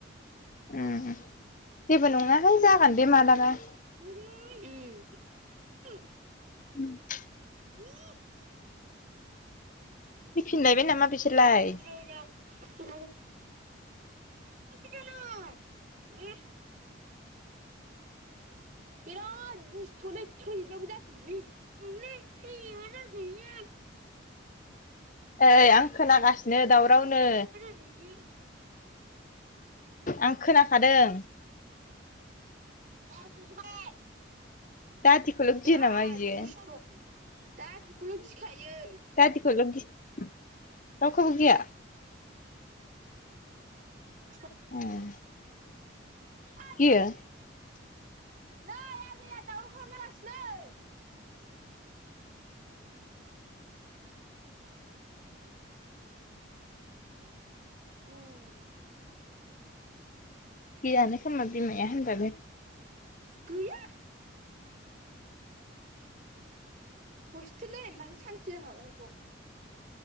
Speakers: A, on the left; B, on the right.
A: उम जेबो नङाहाय जागोन बे मालाबा
B: <unintelligible> उम <unintelligible>
A: <inaudible>
B: <unintelligible>
A: फैफिनलायबाय नामा बिसोरलाय
B: <unintelligible> मा ओंख्रि जानाय <unintelligible> बिराद दुस्थलै थैबाबो जासै बियो ओंलै थैबाबो जासै बियो
A: ओइ आं खोनागासिनो दावरावनो
B: <unintelligible>
A: आं खोनाखादों
B: <unintelligible>
A: दादिखौल'
B: बेराद
A: गियो नामा बियो
B: दुसथ दादिखौल गिखायो
A: दादिखौल गि रावखैबो गिया
B: <unintelligible>
A: <inaudible>
B: <unintelligible>
A: गियो
B: नै आजाया दावराव खालामलागासिनो उम
A: गियानो खोमा बिमाया होनबाबो
B: गैया हस्थेल दोननाय मोनबासो सान्थि जाखागोन इखौ